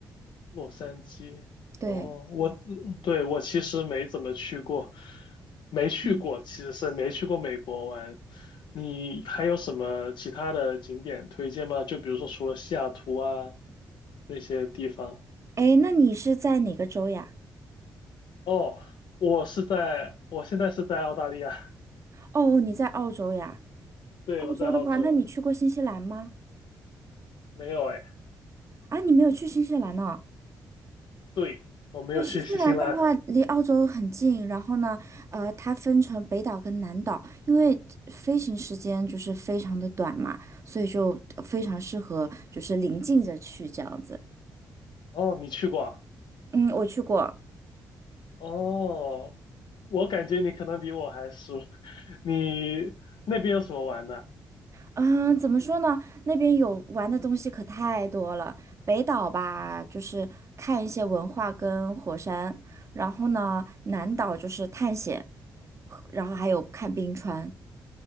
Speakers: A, on the left (about 65°); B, on the right (about 35°).
A: 洛杉矶。
B: 对，
A: 哦，我，嗯对，我其实没怎么去过，没去过，
B: 嗯，
A: 其实是没去过美国玩。你还有什么其他的景点推荐吗？就比如说除了西雅图啊那些地方。
B: 哎，那你是在哪个州呀？
A: 哦，我是在，我现在是在澳大利亚，
B: 哦，你在澳洲呀？
A: <laughs> 对，
B: 澳洲的话，
A: 我在澳洲，
B: 那你去过新西兰吗？
A: 没有哎，
B: 啊，你没有去新西兰呢？
A: 对，我没有去新西兰。
B: 因为新西兰的话离澳洲很近，然后呢，呃，它分成北岛跟南岛，因为飞行时间就是非常的短嘛，所以就非常适合就是临近着去这样子。
A: 哦，你去过啊
B: 嗯，我去过，
A: 哦，我感觉你可能比我还熟。<laughs> 你那边有什么玩的？
B: 嗯，怎么说呢？那边有玩的东西可太多了。北岛吧，就是看一些文化跟火山，然后呢，南岛就是探险，然后还有看冰川。